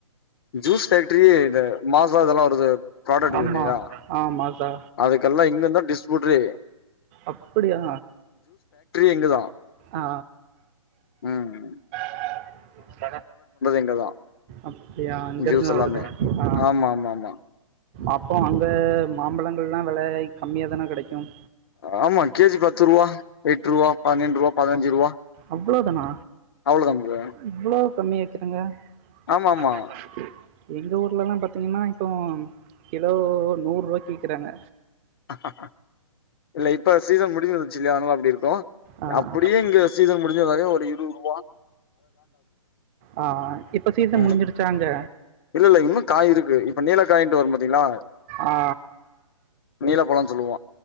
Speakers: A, on the left; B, on the right.
A: ஜூஸ் ஃபேக்டரி இந்த மாசா இதெல்லா வருது ப்ராடக்ட்
B: ஆமாம்
A: வேனிங்ளா
B: ஆ மாசா
A: அதுக்கெல்லா இங்கந்தா டிஸ்பூட்ரே
B: அப்படியா
A: இங்கதா
B: ஆ
A: ம் ம்
B: <inaudible>
A: இங்கதா
B: அப்டியா அங்கருந்தா
A: ஜூஸ் எல்லாமே
B: வருது ஆ
A: ஆமா ஆமா ஆமா
B: அப்போ அங்க மாம்பழங்கள்லா வெலை கம்மியாதானே கெடைக்கும்
A: ஆம்மா கே ஜி பத்து ரூவா எட்ரூவா பன்னென்ட்ரூவா பதினஞ்சு ரூவா
B: அவ்ளோ தானா
A: அவ்ளோதா ப்ரோ
B: இவ்ளோ கம்மியா விக்கிறங்க
A: ஆமா ஆமா
B: <inaudible> எங்க ஊர்லல்லாம் பாத்தீங்கன்னா இப்போ கிலோ நூரூவாய்க்கு விக்கறாங்க
A: ஆஹ இல்ல இப்ப சீசன் முடிஞ்சிருச்சு இல்யா அதனால அப்டி இருக்கும்
B: ஆ
A: அப்படியே இங்க சீசன் முடிஞ்சதாகே ஒரு இருவ்வரூவா
B: ஆ ஆ இப்ப சீசன்
A: ம்
B: முடிஞ்சிருச்சா அங்க
A: இல்ல இல்ல இன்னு காய் இருக்கு இப்ப நீலக்காயின்ட்டு வரும் பாத்தீங்களா
B: ஆ
A: நீலப்பழம் சொல்லுவோ